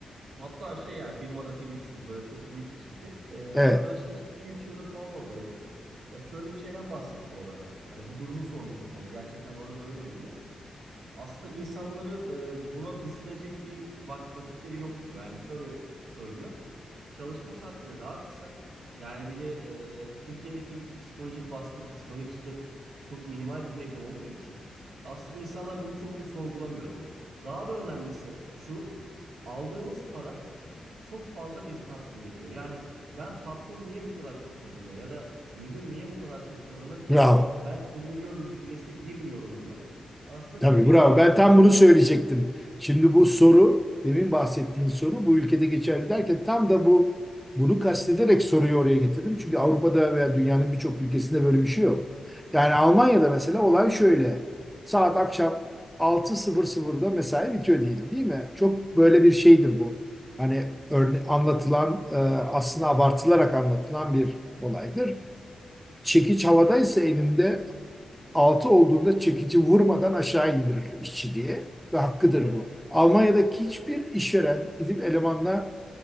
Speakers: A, on the right; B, in the centre.
A: hatta şey yani firmada Philips gibi böyle çok büyük bir şirket. E, arkadaşım
B: Evet,
A: işte 3 yıldır falan oradaydı. Ya şöyle bir şeyden bahsetti o da. Hani bu durumu sormuştum ona. Gerçekten orada da öyle mi diye aslında insanları e, buna düşünecek bir vak- vakitleri yok diyor. Yani şöyle söylüyor. Çalışma saatleri daha kısa. Yani bir de e, Türkiye'deki gibi psikolojik baskı, psikolojik şiddet çok minimal düzeyde olduğu için aslında insanlar bunu çok da sorgulamıyor diyor. Daha da önemlisi şu, aldığımız para çok fazla bizi tatmin ediyor. Yani ben patron niye bu kadar çok kazanıyor ya da müdür niye bu kadar çok kazanırken
B: bravo.
A: ben sömürüyorum düşüncesine girmiyorum diyor. Aslında
B: Tabii
A: temelinde
B: bravo. Ben tam bunu söyleyecektim. Şimdi bu soru, demin bahsettiğin soru bu ülkede geçerli derken tam da bu bunu kastederek soruyu oraya getirdim. Çünkü Avrupa'da veya dünyanın birçok ülkesinde böyle bir şey yok. Yani Almanya'da mesela olay şöyle. Saat akşam altı sıfırda mesai bitiyor diyelim değil mi? Çok böyle bir şeydir bu. Hani örne anlatılan e, aslında abartılarak anlatılan bir olaydır. Çekiç havadaysa elinde 6 olduğunda çekici vurmadan aşağı indirir işçi diye ve hakkıdır
A: Evet,
B: bu. Almanya'daki hiçbir işveren izin elemanla